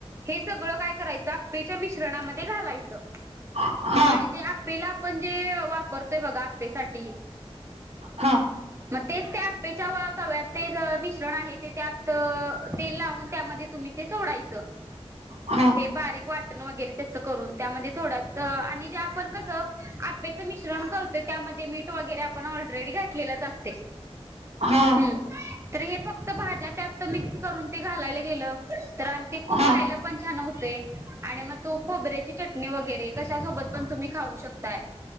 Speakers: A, on the right; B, on the right.
A: हे सगळं काय करायचं आपपेच्या मिश्रणामध्ये घालायचं.
B: हा
A: आणि ते आपेला आपण जे वापरतोय बघा आपेसाठी.
B: हा,
A: मग तेच त्या आपेच्या अंऽ तव्यात ते मिश्रण आहे ते त्यात तेल लावून त्यामध्येऽ तुम्ही ते सोडायचं.
B: हा
A: हे बारीक वाटण वगैरे त्याच करून त्यामध्ये थोड आणि जे आपण कस आप्पेऽऽ मिश्रण करतो त्यामध्ये मीठ वगैरे आपण ऑलरेडी घातलेलंच असतंय.
B: हा
A: ्हमम, तर हे फक्त भाज्या त्यात मिक्स करून ते घालायला गेलं तर आऽऽ ते खूप
B: हा
A: खायला पण छान होतय, आणि मग तो खोबऱ्याची चटणी, वगैरे कश्या सोबत पण तुम्ही खाऊऽ होऊ शकताय.